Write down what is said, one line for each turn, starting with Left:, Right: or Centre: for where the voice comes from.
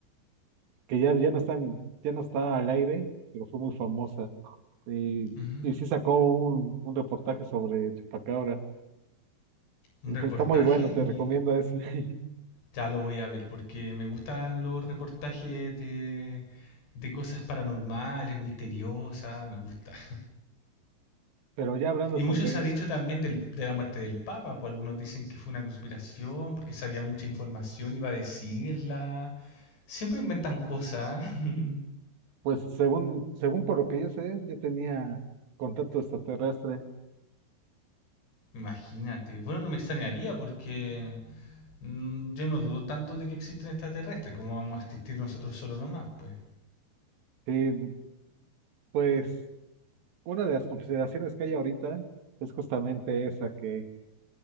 Right: que ya, ya no está, en- ya no está al aire, pero fue muy famosa. y,
Left: Ujú.
Right: y sí sacó un, un reportaje sobre chupacabras.
Left: Un
Right: Y
Left: reportaje
Right: pues está muy bueno,
Left: y
Right: te recomiendo ese. <laughs>
Left: Ya lo voy a ver, porque me gustan los reportajes de, de cosas paranormales, misteriosas, me gusta.
Right: Pero ya hablando
Left: Y
Right: sobre,
Left: mucho se ha dicho también del- de la muerte del Papa, pues algunos dicen que fue una conspiración, porque sabía mucha información, iba a decirla. Siempre inventan cosas, <laughs>
Right: pues según, según por lo que yo sé, yo tenía contacto extraterrestre.
Left: imagínate. Bueno, no me extrañaría porque mm, yo no dudo tanto de que existen extraterrestres, como vamos a existir nosotros solo nomás, pues.
Right: Y pues una de las consideraciones que hay ahorita es justamente esa que